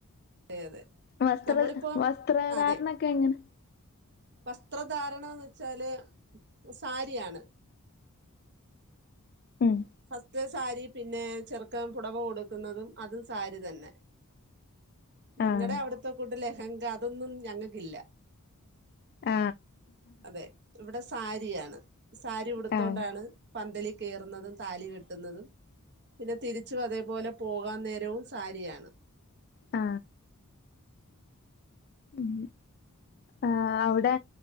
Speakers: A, on the right; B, on the left.
A: അതെ അതെ
B: വസ്ത്ര
A: നമ്മളിപ്പം
B: വസ്ത്രധാരണൊക്കെ
A: അതെ
B: എങ്ങനെ
A: വസ്ത്രധാരണാന്ന് വെച്ചാല് സാരിയാണ്
B: ഉം
A: ഹസ് തേ സാരി പിന്നെ ചെറുക്കൻ പുടവ കൊടുക്കുന്നതും അതും സാരി തന്നെ. നിങ്ങടെ
B: ആഹ്
A: അവിടുത്തെ കൂട്ട് ലെഹങ്ക അതൊന്നും ഞങ്ങക്കില്ല
B: ആ
A: അതെ ഇവിടെ സാരി രിയാണ് സാരി ഉടുത്തോണ്ടാണ്
B: ആഹ് ആഹ്
A: പന്തലിൽ കേറുന്നതും താലി കെട്ടുന്നതും പിന്നെ തിരിച്ചു അതേപോലെ പോകാൻ നേരവും സാരിയാണ്
B: ആ ഉം ആ അവിടെ